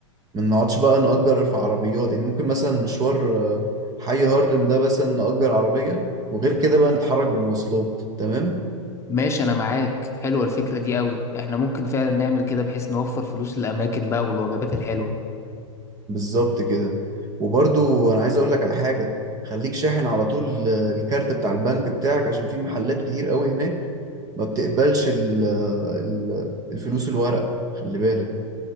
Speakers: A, on the right; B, on the left.
A: ما نقعدش بقى نأجر في عربيات يعني ممكن مثلا مشوار آه، حي هارلم ده مثلا نأجر عربية وغير كده بقى نتحرك بالمواصلات تمام
B: ماشي أنا معاك حلوة الفكرة دي قوي إحنا ممكن فعلا نعمل كده بحيث نوفر فلوس للأماكن بقى والوجبات الحلوة
A: بالظبط كده وبرضو انا عايز اقول لك على حاجة خليك شاحن على طول آه، الكارت بتاع البنك بتاعك عشان في محلات كتير قوي هناك ما بتقبلش ال- آه، ال- الفلوس الورق خلي بالك